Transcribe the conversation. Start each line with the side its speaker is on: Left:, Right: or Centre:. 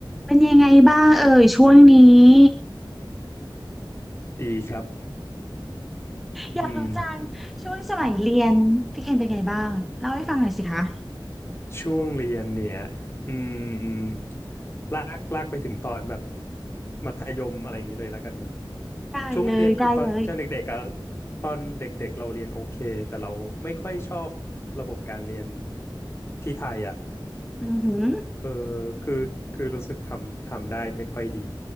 Centre: เป็นยังไงบ้างเอ่ยช่วงนี้
Left: ดีครับอืม
Centre: อยากรู้จังช่วงสมัยเรียนพี่เคนเป็นไงบ้างเล่าให้ฟังหน่อยสิคะ
Left: ช่วงเรียนเนี่ยอืมลากลากไปถึงตอนแบบมัธยมอะไรอย่างนี้เลยแล้วกันเนอะ
Centre: ได้เลยได้เลย
Left: ช่วงเรียนคือตอนช่วงเด็กๆอะตอนเด็กๆเราเรียนโอเคแต่เราไม่ค่อยชอบระบบการเรียนที่ไทยอ่ะ
Centre: อือหือ
Left: เออคือคือรู้สึกทำทำได้ไม่ค่อยดี